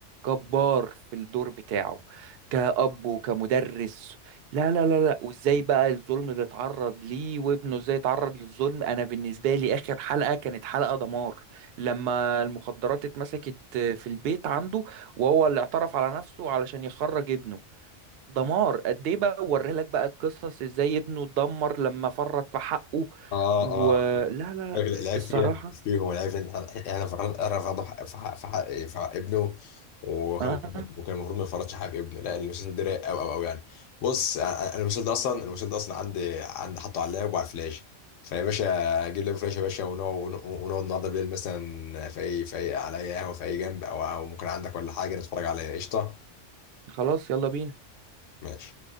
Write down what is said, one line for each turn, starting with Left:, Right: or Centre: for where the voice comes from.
Right: جبار في الدور بتاعه كأب وكمدرس لا لا لا لا وازاي بقى الظلم اللي اتعرض ليه وابنه ازاي اتعرض للظلم انا بالنسبة لي اخر حلقة كانت حلقة دمار لما المخدرات اتمسكت في البيت عنده وهو اللي اعترف على نفسه علشان يخرج ابنه دمار قد ايه بقى وري لك بقى القصص ازاي ابنه اتدمر لما فرط في حقه
Left: اه
Right: ولا
Left: اه
Right: لا لا،
Left: الراجل العيب
Right: الصراحة
Left: فينا مش فيهم العيب ان احنا رفضوا في حق في حق في حق في حق ابنه وكان
Right: آه
Left: المفروض وكان المفروض ما يفرطش حق ابنه لا المسلسل ده رايق قوي قوي قوي يعني بص أنا- أنا المسلسل ده اصلا المسلسل ده اصلا عندي عندي حاطه على اللاب وعلى الفلاش فيا باشا اجيب لك فلاش يا باشا ونقعد ونقعد النهارده بالليل مثلا في اي في اي على اي قهوه في اي جنب او أو ممكن عندك ولا حاجه نتفرج على قشطه
Right: خلاص يلا بينا
Left: ماشي